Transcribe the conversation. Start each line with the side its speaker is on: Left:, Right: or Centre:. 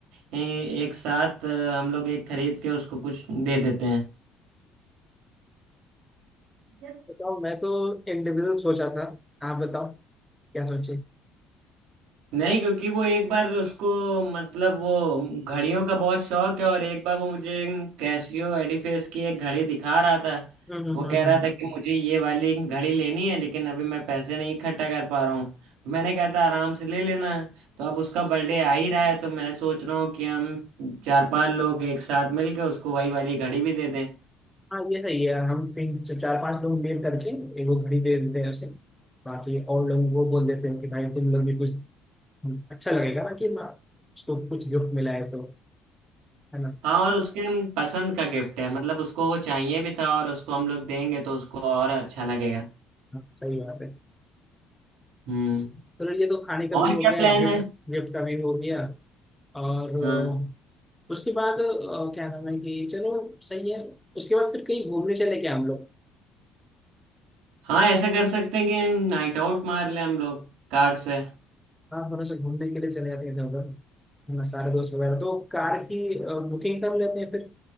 Right: ए, एक साथ अ, हम लोग एक खरीद के उसको कुछ दे देते हैं
Centre: बताओ मैं तो इंडिविजुअल सोचा था आप बताओ क्या सोचे
Right: नहीं क्योंकि वो एक बार उसको मतलब वो घड़ियों का बहुत शौक है और एक बार वो मुझे कैसियो एडिफेस की एक घड़ी दिखा रहा था
Centre: हम्म हम्म
Right: वो
Centre: हम्म
Right: कह रहा था कि मुझे
Centre: हम्म।
Right: ये वाली घड़ी लेनी है लेकिन अभी मैं पैसे नहीं इकट्ठा कर पा रहा हूँ तो मैंने कहा था आराम से ले लेना तो अब उसका बर्थडे आ ही रहा है तो मैं सोच रहा हूँ कि हम चार पांच लोग एक साथ मिलकर उसको वही वाली घड़ी भी दे दें
Centre: हाँ ये सही है हम तीन चार पांच लोग मिल करके एक वो घड़ी दे देते हैं उसे बाकी और लोगों को बोल देते हैं कि भाई तुम लोग भी कुछ अच्छा लगेगा ना कि माँ उसको कुछ गिफ्ट मिला है तो है ना
Right: हाँ और उसके हम पसंद का गिफ्ट है मतलब उसको वो चाहिए भी था और उसको हम लोग देंगे तो उसको और अच्छा लगेगा
Centre: हाँ, सही बात है
Right: हम्म
Centre: चलो ये तो खाने का भी
Right: और
Centre: हो
Right: क्या
Centre: गया
Right: प्लान
Centre: गिफ्ट
Right: है
Centre: गिफ्ट का भी हो गया और
Right: हाँ
Centre: अ, उसके बाद अ, क्या नाम है कि चलो सही है उसके बाद फिर कहीं घूमने चले क्या हम लोग
Right: हाँ ऐसा कर सकते हैं कि नाइट आउट मार ले हम लोग कार से
Centre: हाँ थोड़ा सा घूमने के लिए चले जाते हैं इधर उधर है ना सारे दोस्त वगैरह तो कार की बुकिंग कर लेते हैं फिर